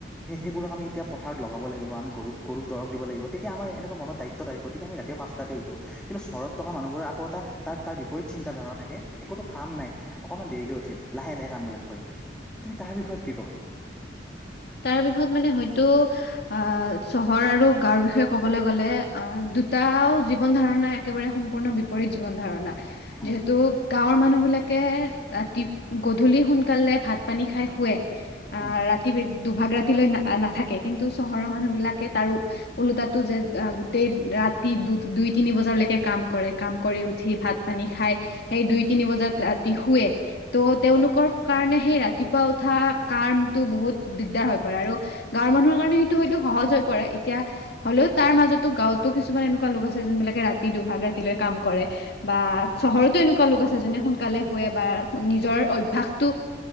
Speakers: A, in the centre; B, on the left.
A: সেইবোৰক আমি এতিয়া পথাৰত লগাব লাগিব আমি গৰু গৰুক দৰপ দিব লাগিব তেতিয়া আমাৰ এনেকুৱা মনৰ দায়িত্ব থাক গতিকে আমি ৰাতিপুৱা পাঁচতাতে উঠো কিন্তু চহৰত থকা মানুহবোৰে আকৌ এটা তাৰ তাৰ বিপৰীত চিন্তা ধাৰণা থাকে একোতো কাম নাই অকণমান দেৰিকৈ উঠিম লাহে লাহে কামবিলাক কৰিম তুমি তাৰ বিষয়ত কি কবা-
B: তাৰ বিষত মানে হয়তো আ চহৰ আৰু গাঁওৰ বিষয়ে কবলৈ গ'লে অ দুটাও জীৱন ধাৰণা একেবাৰে সম্পূৰ্ণ বি বিপৰত জীৱন ধাৰণা
A: উম
B: যিহেতু গাঁৱৰ মানুহ মানুহ বিলাকে ৰাতি গধূলি সোনকালে ভাত পানী খাই শুৱে আহ
A: উম
B: ৰা দুভাগ ৰাতিলৈ নাথাকে কিন্তু চহৰৰ মানুহ বিলাকে তাৰো ওলোতো যে গোটেই ৰাতি দু দুই তিনি বজালৈকে কাম কৰে কাম কৰি উঠি ভাত পানী খাই সেই দুই তিনি বজাত ৰাতি শুৱে ত' তেওঁলোকৰ
A: হয়
B: কাৰণে সেই ৰাতিপুৱা উঠা কামটো বহুত দিগদাৰ হৈ পৰে আৰু গাঁৱৰ মানুহৰ কাৰণে সেইটো হয়তো সহজ হয় প এতিয়া হলেও তাৰ মাজতো গাঁৱতো কিছুমান এনেকুৱা লোক আছে যোন বিলাকে ৰাতি দুভাগ ৰাতিলৈ কাম কৰে বা চহৰতো এনেকুৱা লোক আছে যেনে সোনকালে শুৱে বা নিজৰ অভ্যাসটো